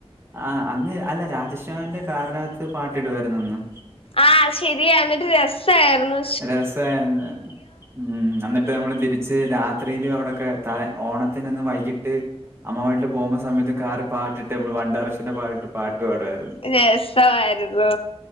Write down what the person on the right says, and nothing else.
ആഹ് അന്ന് അല്ല രാജേഷ്മാമന്റെ കാറിനകത്ത് പാട്ടിടുവായിരുന്ന് അന്ന്
രസായിരുന്ന് ഉം എന്നിട്ട് നമ്മള് തിരിച്ച് രാ രാത്രിയില് അവിടൊക്കെ തലേ ഓണത്തിന് അന്ന് വൈകിട്ട് അമ്മ വീട്ടിൽ പോകുന്ന സമയത്ത് കാറി പാട്ട് ഇട്ട് നമ്മള് വൺ ഡയറക്ഷന്റെ പാട്ട് പാടുമായിരുന്ന്